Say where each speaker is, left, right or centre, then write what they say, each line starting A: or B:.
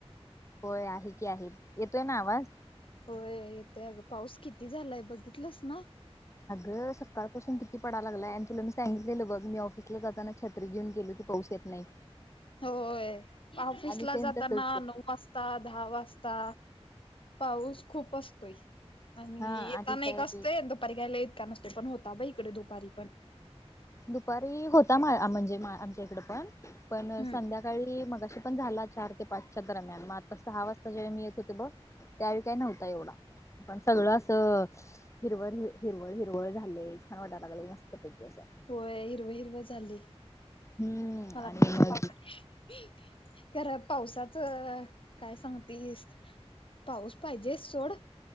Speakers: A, on the left; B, on the left.
A: होय आहे की आहे. येतोय ना आवाज?
B: होय येतय अगं. पाऊस किती झालाय बघितलंस ना.
A: अगं सकाळपसून किती पडा लागलाय आणि तुला मी सांगितलेलं बघ मी ऑफसला जाताना छत्री घेऊन गेल पाऊस येत नाही.
B: होय. ऑफिस
A: आणि
B: ला
A: सेम
B: जाताना
A: तसच
B: नऊ वाज दहा वाजता पाऊस खूप असतोय. आणि
A: हा
B: येताना
A: त्यावेळी
B: एक असतोय. दुपारी काय लई इतका नसतोय पण होता बाई इकड दुपारी पण.
A: दुपारी होता मा म्हणजे आमच्या इकडे पण. पण
B: हम्म
A: संध्याकाळी सकाळी मगाशी पण झाला चार ते पाचच्या दरम्यान, मग आता सहा वाजता जेव्हा मी येत होते बघ त्या वेळी काय नव्हता एवढा. पण सगळं असं हिरवळ हिरवळ हिरवळ झालय. छान वाटायला लागलय मस्तपैकी असं.
B: होय. हिरवं हिरवं झालंय.
A: हम्म
B: मला
A: आणि
B: पण भारी
A: मग
B: वाटालय. खर पावसाचं काय सांगतीस. पाऊस पाहिजेचं सोड.